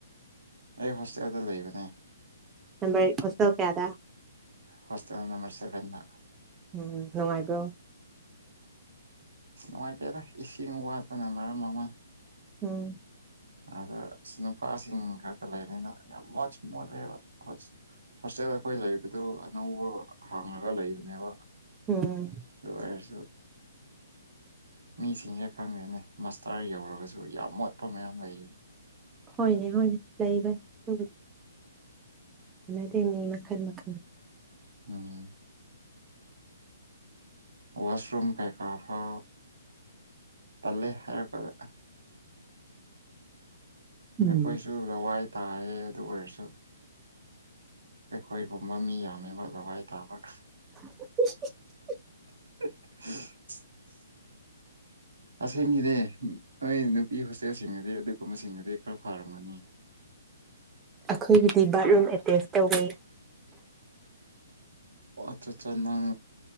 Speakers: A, on the right; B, on the right.
A: ꯑꯩ ꯍꯣꯁꯇꯦꯜꯗ ꯂꯩꯕꯅꯦ
B: ꯅꯝꯕꯔ ꯍꯧꯁ ꯀꯌꯥꯗ
A: ꯍꯁ ꯅꯝꯕꯁꯕꯅ
B: ꯎꯝ ꯅꯨꯡꯉꯥꯏꯗꯣ
A: ꯅꯨꯡꯉꯥꯏꯇꯦꯗ ꯏꯁꯤꯡ ꯋꯥꯠꯄꯅ ꯃꯔꯝ ꯃꯃꯥꯡ
B: ꯎꯝ
A: ꯑꯗ ꯁꯤ ꯅꯨꯨꯄꯥꯁꯤꯡ ꯈꯔꯗ ꯂꯩꯅꯤꯅ ꯌꯥꯝ ꯃꯣꯠ ꯃꯣꯠꯂꯦꯕ ꯍꯣꯁꯇꯦꯜ ꯑꯩꯈꯣꯏ ꯂꯩꯔꯤꯕꯕꯗꯨ ꯑꯅꯧꯕ ꯍꯥꯡꯉꯒ ꯂꯩꯕꯅꯦꯕ
B: ꯎꯝ
A: ꯑꯗꯨꯁꯨꯁꯨ ꯃꯤꯁꯤꯡꯁꯦ ꯈꯪꯗꯦꯅꯦ ꯃꯁꯇꯔ ꯌꯧꯔꯒꯁꯨ ꯌꯥꯝ ꯃꯣꯠꯄ ꯃꯌꯥꯝ ꯂꯩꯌꯦ
B: ꯍꯣꯏꯅꯦ ꯍꯣꯏꯅꯦ ꯂꯩꯕꯅꯤ ꯑꯗꯨꯕꯨꯗꯤ ꯑꯗꯤꯅꯦ ꯃꯈꯜ ꯃꯈꯜ
A: ꯎꯝ ꯋꯥꯁꯔꯨꯝ ꯀꯩꯀꯥꯐ ꯇꯜꯂꯦ ꯍꯥꯏꯔꯛꯀꯗ
B: ꯎꯝ
A: ꯑꯩꯈꯣꯏꯁꯨ ꯂꯋꯥꯏ ꯇꯥꯌꯦ ꯑꯗꯨ ꯑꯣꯏꯔꯁꯨ ꯑꯩꯈꯣꯏꯒꯨꯝꯕ ꯃꯤ ꯌꯥꯝꯃꯦꯕ ꯂꯋꯥꯏ ꯇꯥꯕꯒ
B: <unintelligible>
A: <unintelligible> ꯑꯁꯦꯡꯒꯤꯅꯦ ꯅꯣꯏ ꯅꯨꯄꯤ ꯍꯣꯁꯇꯦꯜꯁꯤꯡꯗꯨꯗꯤ ꯑꯗꯨꯒꯨꯝꯕꯁꯤꯡꯗꯨꯗꯤ ꯈꯔ ꯐꯔꯝꯒꯅꯤ <unintelligible>
B: ꯑꯩꯈꯣꯏꯒꯤꯗꯤ ꯕꯥꯠꯔꯨꯝ ꯑꯦꯇꯦꯁ ꯇꯧꯋꯤ
A: ꯑꯠꯆꯥ ꯑꯠꯆꯥ ꯅꯪ